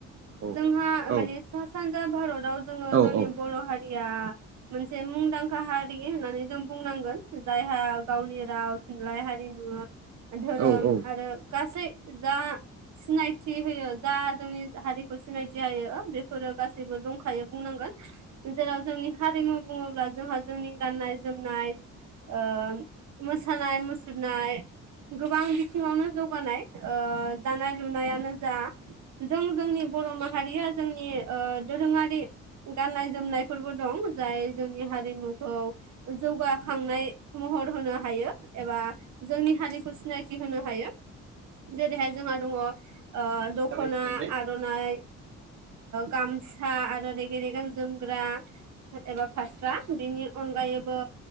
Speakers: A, on the right (about 45°); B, on the right (about 65°).
A: औ
B: जोंहा
A: औ
B: माने सा सानजा भारताव जोङो
A: औ
B: जोंनि
A: औ
B: बर' हारिया मोनसे मुंदांखा हारि होननानै जों बुंनांगोन जायहा गावनि राव थुनलाइ हारिमु धोरोम
A: औ औ
B: आरो गासै जा सिनायथि होयो जा जोंनि हारिखौ सिनायथि होयो बेफोरो गासैबो दंखायो बुंनांगोन। जेराव जोंनि हारिमु बुङोब्ला जोंहा जोंनि गाननाय जोमनाय। ओ मोसानाय मुसुरनाय गोबां सिङावनो जौगानाय दानाय लुनायानो जा जों जोंनि बर' माहारिया जोंनि दोरोङारि। गाननाय-जोमनायफोरबो दं जाय जोंनि हारिमुखौ जौगाखांनाय महर होनो हायो एबा जोंनि हारिखौ सिनायथि होनो हा जेरैहाय जोंहा दङ दखना,
A: औ
B: आर'नाइ गामसा आरो रेगे-रेगां जोमग्रा एबा फास्रा बेनि अनगायैबो।